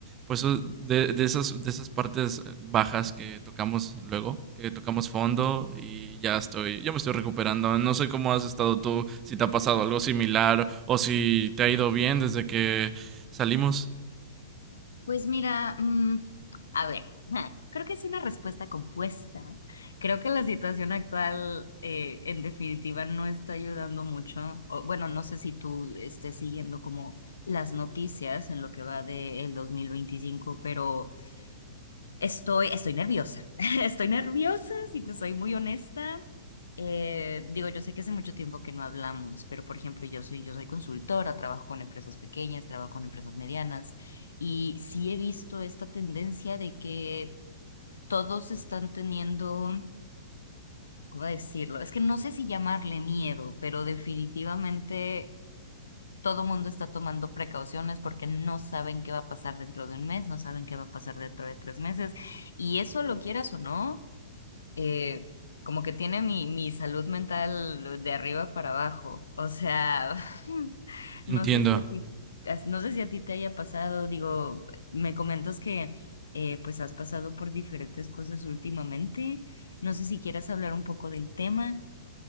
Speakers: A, on the right; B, on the left.
A: pues o- de, de esas, de esas partes bajas que tocamos luego, que tocamos fondo y ya estoy, ya me estoy recuperando. No sé cómo has estado tú, si te ha pasado algo similar o si te ha ido bien desde que salimos.
B: Pues mira, mm, a ver, <laughs> creo que es una respuesta compuesta. ¿no? Creo que la situación actual, eh, en definitiva, no está ayudando mucho. O, bueno, no sé si tú estés siguiendo como las noticias en lo que va del 2025, pero Estoy, estoy nerviosa. <laughs> Estoy nerviosa, si te soy muy honesta. Eh, digo, yo sé que hace mucho tiempo que no hablamos, pero por ejemplo, yo soy, yo soy consultora, trabajo con empresas pequeñas, trabajo con empresas medianas, y sí he visto esta tendencia de que todos están teniendo, ¿cómo decirlo? Es que no sé si llamarle miedo, pero definitivamente todo mundo está tomando precauciones porque no saben qué va a pasar dentro de un mes, no saben qué va a pasar dentro de tres meses. Y eso lo quieras o no, eh, como que tiene mi, mi salud mental de arriba para abajo. O sea, <laughs> no
A: Entiendo.
B: sé si a ti, as- no sé si a ti te haya pasado, digo, me comentas que eh, pues has pasado por diferentes cosas últimamente. No sé si quieras hablar un poco del tema.